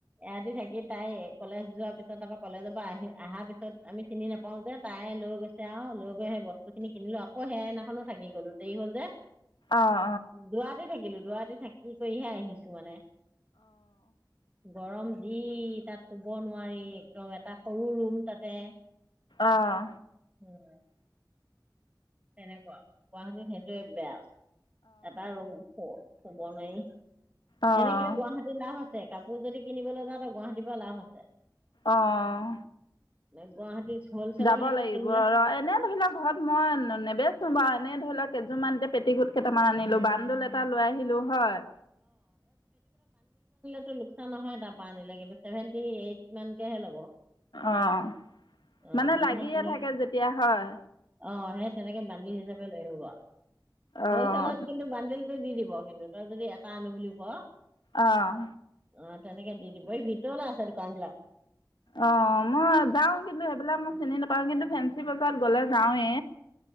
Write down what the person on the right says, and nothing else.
এৰাতি থাকি তাই কলেজ যোৱাৰ পিছত তপৰা কলেনজৰ পৰা আহি অহাৰ পিছত আমি চিনি নাপাওঁ যে তাই লৈ গৈছে আৰু লৈ গৈ সেই বস্তুখিনি কিনিলো অ সেনাখনোা থাকি গলো দেৰি হ'ল যে
দুৰাতি থাকিলো দোৰাতি থাকি কৰিহে আহিছো মানে গৰম যি তাত শুব নোৱাৰি একদম এটা সৰু ৰুম তাতে
উম তেনেকুৱা গুৱাহাটীত বেয়া এটাই ৰুম হুব নোৱাৰি এনে
কিন্তু গুৱাহাটীত লাভ আছ কাপোৰ যদি কিনিবলৈ যাওঁ গুৱাহাটীৰ পৰা লাভ আছে।
নাই গুৱাহাটী হলচেলৰ
বিলাকত
কিনিলে
টো লোকচান নহয় তাৰপৰা আনিলে কিন্তু চছেভেন্টি এইট মানকেহে ল'ব
অ
সেই তেনেকে
অ সেই তেনেকে বান্ধিল হিচাপে লৈ আহিব
হ'লচেলত কিন্তু বন্দিল টো দি দিব কিন্তু তই যদি এটা আনো বুলি ক
অ তেনেকে দি দিব এই ভিতৰলৈ আছে দোকান বিলাক